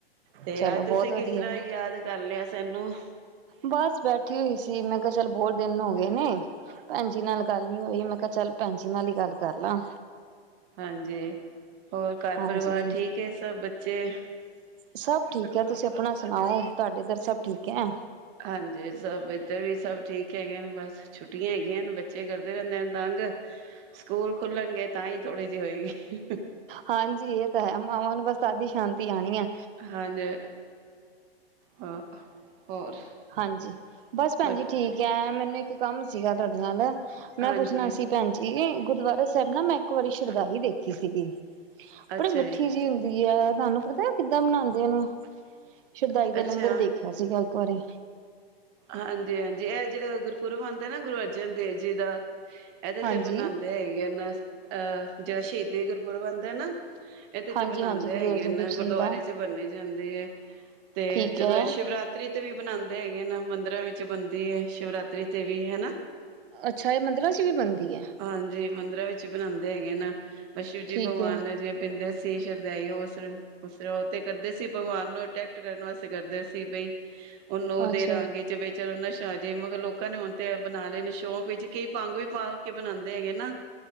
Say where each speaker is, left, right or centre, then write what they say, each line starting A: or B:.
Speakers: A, on the right; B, on the right.
A: ਤੇ
B: ਚਲੋ
A: ਅੱਜ
B: ਬਹੁਤ
A: ਤੁਸੀਂ
B: ਵਧੀਆ।
A: ਕਿਸ ਤਰ੍ਹਾਂ ਯਾਦ ਕਰ ਲਿਆ ਸਾਨੂੰ?
B: ਬਸ ਬੈਠੀ ਹੋਈ ਸੀ, ਮੈਂ ਕਿਹਾ ਚੱਲ ਬੋਤ ਦਿਨ ਹੋ ਗਏ ਨੇ। ਭੈਣ ਜੀ ਨਾਲ ਗੱਲ ਨੀ ਹੋਈ, ਮੈਂ ਕਿਹਾ ਚੱਲ ਭੈਣ ਜੀ ਨਾਲ ਹੀ ਗੱਲ ਕਰ ਲਾਂ।
A: ਹਾਂਜੀ, ਹੋਰ ਘਰ
B: ਹਾਂਜੀ
A: ਪਰਿਵਾਰ ਠੀਕ ਏ ਸਭ ਬੱਚੇ?
B: ਸਭ ਠੀਕ ਐ, ਤੁਸੀਂ ਆਪਣਾ ਸੁਨਾਓ ਤੁਹਾਡੇ ਓਦਰ ਸਭ ਠੀਕ ਐ।
A: ਹਾਂਜੀ, ਸਭ ਏਧਰ ਵੀ ਸਭ ਠੀਕ ਹੈਗੇ ਨ ਬਸ। ਛੁੱਟੀਆਂ ਹੈਗੀਆਂ ਹਨ, ਬੱਚੇ ਕਰਦੇ ਰਹਿੰਦੇ ਨੇ ਤੰਗ। ਸਕੂਲ ਖੁੱਲ੍ਹਣਗੇ ਤਾਂ ਹੀ ਥੋੜ੍ਹੇ ਜੀ ਹੋਏਗੀ।
B: ਹਾਂਜੀ ਏ ਤਾਂ ਹੈ, ਮਾਵਾਂ ਨੂੰ ਬਸ ਤਦ ਈ ਸ਼ਾਂਤੀ ਆਣੀ ਐ।
A: ਹਾਂਜੀ, ਹਾਂ, ਹੋਰ
B: ਹਾਂਜੀ ਬਸ ਭੈਣ
A: ਹੋਰ
B: ਜੀ ਠੀਕ ਐ, ਮੈਨੂੰ ਇੱਕ ਕੰਮ ਸੀਗਾ ਤੁਹਾਡੇ ਨਾਲ, ਮੈਂ
A: ਹਾਂਜੀ
B: ਪੁੱਛਨਾ ਸੀ ਭੈਣ ਜੀ, ਗੁਰਦੁਆਰਾ ਸਾਹਿਬ ਨਾ ਮੈਂ ਇੱਕ ਵਾਰੀ ਸ਼ਰਦਾਈ ਦੇਖੀ ਸੀਗੀ।
A: ਅੱਛਾ
B: ਬੜੀ ਮਿੱਠੀ
A: ਜੀ,
B: ਜਿਹੀ ਹੁੰਦੀ ਐ, ਤੁਹਾਨੂੰ ਪਤਾ ਕਿੱਦਾਂ ਬਨਾਂਦੇ ਓਨੂੰ? ਸ਼ਰਦਾਈ ਦਾ
A: ਅੱਛਾ
B: ਲੰਗਰ ਦੇਖਿਆ ਸੀਗਾ ਇੱਕ ਵਾਰੀ।
A: ਹਾਂਜੀ-ਹਾਂਜੀ, ਐ ਜੇੜਾ ਗੁਰਪੁਰਬ ਆਂਦਾ ਨਾ ਗੁਰੂ ਅਰਜਨ ਦੇਵ ਜੀ ਦਾ, ਏਦੇ
B: ਹਾਂਜੀ
A: ਤੇ ਬਨਾਂਦੇ <unintelligible> ਅਹ ਜਦੋਂ ਸ਼ਹੀਦੀ ਗੁਰਪੁਰਬ ਆਂਦਾ ਨਾ ਐਦੇ
B: ਹਾਂਜੀ
A: ਤੇ ਬਨਾਂਦੇ
B: ਹਾਂਜੀ ਗੁਰੂ
A: ਹੈਗੇ
B: ਅਰਜਨ
A: ਨ,
B: ਦੇਵ
A: ਗੁਰਦਆਰੇ
B: ਜੀ ਦਾ
A: 'ਚ ਬਨੀ ਜਾਂਦੀ ਏ। ਤੇ
B: ਠੀਕ
A: ਜਦੋਂ
B: ਹੈ
A: ਏ ਸ਼ਿਵਰਾਤਰੀ ਤਰੀ ਤੇ ਵੀ ਬਨਾਂਦੇ ਹੈਗੇ ਨ, ਮੰਦਿਰਾਂ ਵਿੱਚ ਬਨਦੀ ਐ ਸ਼ਿਵਰਾਤਰੀ ਤੇ ਵੀ ਹਨਾ।
B: ਅੱਛਾ ਏ ਮੰਦਰਾ 'ਚ ਵੀ ਬਨਦੀ ਐ।
A: ਹਾਂਜੀ ਮੰਦਿਰਾਂ ਵਿੱਚ ਬਨਾਂਦੇ ਹੈਗੇ ਨ, ਸ਼ਿਵ ਜੀ
B: ਠੀਕ
A: ਭਗਵਾਨ
B: ਹੈ
A: ਜਿਵੇਂ ਪੀਂਦੇ ਸੀ ਸ਼ਰਦਾਈ ਓਸ ਓਸ ਉਹ ਤੇ ਕਰਦੇ ਸੀ ਭਗਵਾਨ ਨੂੰ ਅਟੈਕਟ ਕਰਨ ਵਾਸਤੇ ਕਰਦੇ ਸੀ ਬਈ ਓਨੂੰ ਦੇ
B: ਅੱਛਾ
A: ਰਾਂਗੇ
B: ਜੀ
A: ਵਿੱਚ ਏਦੇ ਨਸ਼ਾ ਆ ਜੇ, ਮਗਰ ਲੋਕਾਂ ਨੇ ਹੁਨ ਤੇ ਐ ਬਨਾ ਲੇ ਨੇ ਸ਼ੌਂਕ ਵਿੱਚ ਕਈ ਭੰਗ ਵੀ ਪਾ ਕੇ ਬਨਾਂਦੇ ਹੈਗੇ ਨਾ।